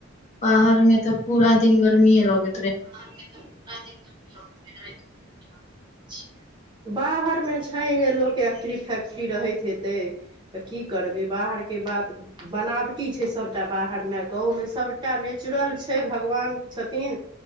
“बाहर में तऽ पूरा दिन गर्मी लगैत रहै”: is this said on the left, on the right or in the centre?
Right